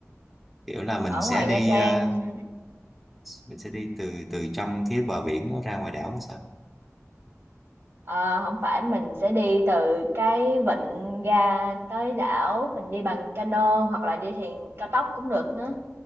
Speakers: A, in the centre; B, on the right.
A: Kiểu là mình
B: Ở
A: sẽ
B: ngoài
A: đi
B: Nha Trang
A: ờ, mình sẽ đi từ từ trong phía bờ biển đó ra ngoài đảo hay sao?
B: ờ, không phải mình sẽ đi từ cái vịnh ra tới đảo, mình đi bằng cano hoặc là đi thuyền cao tốc cũng được nữa.